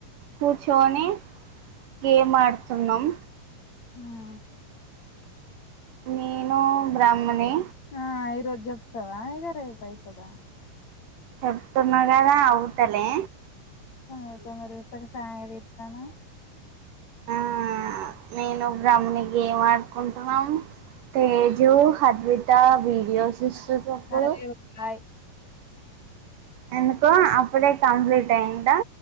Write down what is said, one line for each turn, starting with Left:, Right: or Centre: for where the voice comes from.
Right: కూర్చొని గేమ్ ఆడుతున్నాం
Left: హ్మ్
Right: నేను బ్రహ్మని
Left: ఆ ఈరోజ జెప్తవా రేపైతదా
Right: చెతన్నా అకాదా అవుతలే
Left: అ తొ రేపటికి సాగదీసన
Right: ఆ నేను బ్రాహ్మిణి గేమ్ ఆడుకుంటున్నాం తేజు హద్వి ఇట్ట వీడియోస్ ఇస్తుటప్పుడు
Left: సరే బాయ్
Right: అనుకో అప్పుడే కంప్లీట్ అయందా